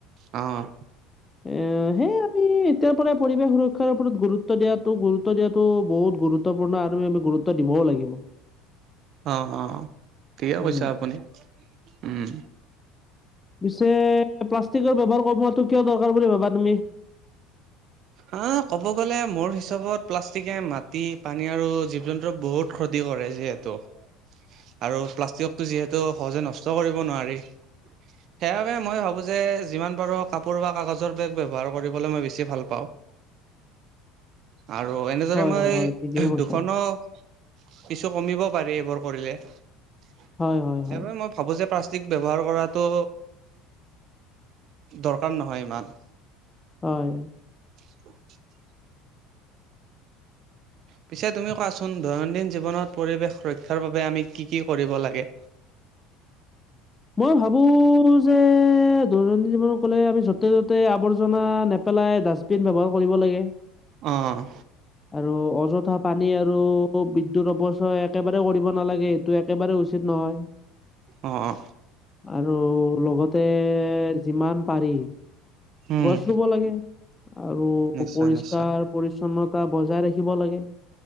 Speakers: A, on the right; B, on the left.
A: অহ
B: <inaudible> এ সেই আমি এতিয়াৰ পৰাই পৰিৱেশ সুৰক্ষাৰ ওপৰত গুৰুত্ব দিয়াতো গুৰুত্ব দিয়াতো বহুত গুৰুত্ব গুত্বপূৰ্ণ আৰু আমি গুৰুত্ব দিবও লাগিব।
A: অ অ ঠিকে
B: উম,
A: কৈছা, আপোনি উম।
B: পিছে প্লাষ্টিকৰ ব্যৱহাৰ কমোৱাটো কিয় দৰকাৰ বুলি ভাবা তুমি?
A: আহ কব গলে মোৰ হিচাপত প্লাষ্টিকে মাটি, পানী আৰু জীৱ জন্তুৰ বহুত ক্ষতি কৰে। যিহেতু
B: <inaudible>
A: আৰু প্লাষ্টিকো যিহেতু সহজে নষ্ট কৰিব নোৱাৰি। সেইবাবে মই ভাবোঁ যে যিমান পাৰোঁ কাপোৰ বা কাগজৰ বেগ ব্যৱহাৰ কৰিবলৈ মই বেছি ভাল পাওঁ। আৰু এনেদৰে
B: হয়,
A: মই
B: হয়, হয়, ঠিকেই কৈছা।
A: দুখনো কিছু কমিব পাৰি, এইবোৰ কৰিলে সেইবাবে
B: হয়, হয়, হয়,
A: মই ভাবোঁ যে প্লাষ্টিক ব্যৱহাৰ কৰাটো দৰকাৰ নহয় ইমান।
B: হয়।
A: <inaudible> পিছে তুমি কোৱাচোন দৈনন্দিন জীৱনত পৰিৱেশ সুৰক্ষাৰ বাবে আমি কি কি কৰিব লাগে?
B: মই ভাবো যে দৈনন্দিন জীৱন কলে আমি যতে ততে আৱৰ্জনা নেপেলাই ডাষ্টবিন ডাষ্টবিন ব্যৱহাৰ কৰিব লাগে।
A: অহ
B: আৰু অযথা পানী আৰু বিদ্যুৎ অৱচয় একেবাৰে কৰিব নালাগে। এইটো একেবাৰে উচিত নহয়।
A: অ অ
B: আৰু লগতে যিমান পাৰি
A: উম,
B: গছ ৰুব লাগে। আৰু
A: নিশ্চয়
B: পৰিষ্কাৰ
A: নিশ্চয়
B: পৰিচ্ছন্নতা বজাই ৰাখিব লাগে।